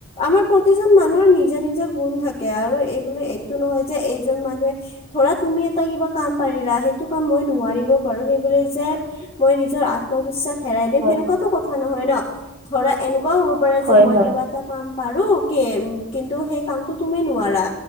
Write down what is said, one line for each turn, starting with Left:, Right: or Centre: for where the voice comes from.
Left: আমাৰ প্ৰতিজন মানুহৰ নিজা-নিজা গুণ থাকে আৰু এইবো এইটো নহয় যে এইজন মানুহে ধৰা তুমি কিবা কাম এটা পাৰিলা, সেইটো কাম মই নোৱাৰিব পাৰোঁ। সেইবুলি যে মই নিজৰ আত্ম আত্মবিশ্বাস হেৰাই দিম
Right: হয়
Left: সেনেকুৱাতো কথা নহয় ন। ধৰা এনেকুৱাও হ'ব পাৰে
Right: হয়
Left: যে মই
Right: হয়।
Left: কিবা এটা কাম পাৰো কিন্তু সেই কামটো তুমি নোৱাৰা।